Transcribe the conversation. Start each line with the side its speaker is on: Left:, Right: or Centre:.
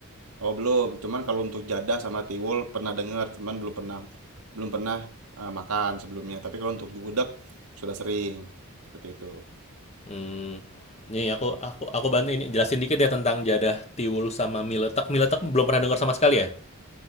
Right: Oh, belum. Cuman kalau untuk jadah sama tiwul pernah dengar, cuman belum pernah belum pernah eh, makan sebelumnya. Tapi kalau untuk gudeg sudah sering. Seperti itu.
Left: Mmm, nih aku aku aku bantu ini jelasin dikit ya tentang jadah, tiwul, sama mie letek. Mie letek belum pernah dengar sama sekali ya?